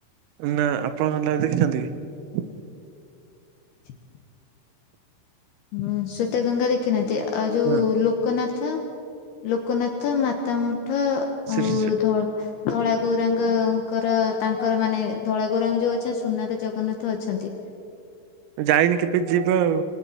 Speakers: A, on the right; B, on the left.
A: ନା ଆପଣ ଲ ଦେଖିଛନ୍ତି କି?
B: <inaudible> ହୁଁ ଶ୍ଵେତଗଙ୍ଗା ଦେଖିନାହାନ୍ତି ଆଉ ଯୋଉ
A: ନା
B: ଲୋକନାଥ? ଲୋକନାଥ ମାତା ମଠ
A: ସେ
B: ଆଉ
A: ସେ
B: ଧ ଧଳା ଗୌରା ଙ୍ଗଙ୍କର ତାଙ୍କର ମାନେ ଧଳା ଗୌରାଙ୍ଗ ଯୋଉ ଅଛନ୍ତି ସୁନାର ଜଗନ୍ନାଥ ଅଛନ୍ତି।
A: ଯାଇନି କେବେ ଯିବା ଆଉ